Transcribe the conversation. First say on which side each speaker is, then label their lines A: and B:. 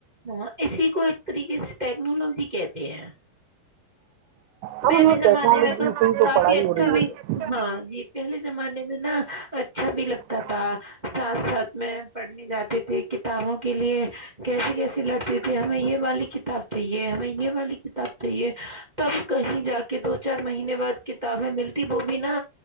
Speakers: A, on the right; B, on the right.
A: ہاں اسی کو ایک طریقے سے ٹیکنالوجی کہتے کہ ہیں
B: ہاں
A: پہلے
B: مطلب ٹیکنالوجی
A: زمانے میں تو
B: سے ہی
A: کافی
B: پڑھائی
A: اچھا
B: ہو رہی
A: بھی ہاں جی پہلے زمانے میں نا اچھا بھی لگتا
B: ہے
A: تھا ساتھ ساتھ میں پڑھنے جاتی تھی کتابوں کے لیے کیسے کیسے لڑتی تے ہمیں یہ والی کتاب چاہیے ہمیں والی کتاب چاہیے تب کہیں جا کے دو چار مہینے بعد کتابیں ملتی وہ بھی نا